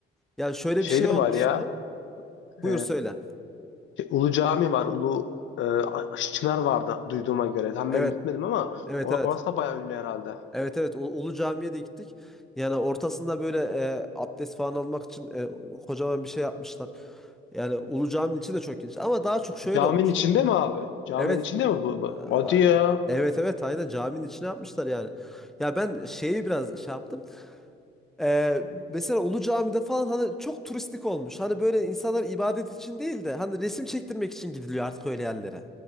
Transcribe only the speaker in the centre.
Yani şöyle
bir şey olmuştu.
Buyur
söyle.
Evet,
evet,
evet.
Evet evet U- Ulu Cami'ye de gittik. Yani ortasında böyle e, abdest falan almak için e, kocaman bir şey yapmışlar. Yani Ulu Cami'nin içi de çok geniş ama daha çok şöyle
olmuş.
Evet.
Aa,
Evet evet aynen caminin içine yapmışlar yani. Ya ben şeyi biraz şey yaptım. Ee, mesela Ulu Cami'de falan hani çok turistik olmuş. Hani böyle insanlar ibadet için değil de hani resim çektirmek için gidiliyor artık öyle yerlere.